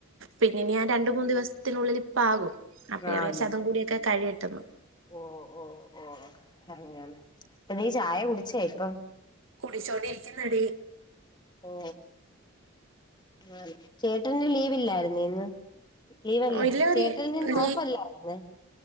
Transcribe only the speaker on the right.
പിന്നെ ഞാൻ രണ്ട് മൂന്ന് ദിവസ് ത്തിനുള്ളിൽ ഇപ്പ ആകും അപ്പ ഞാൻ
വിചാരിച്ച് അതു കൂടിയൊക്കെ കഴിയട്ടന്ന്
കുടിച്ചോണ്ടിരിക്കന്നെടി
ഇല്ലടി
നീ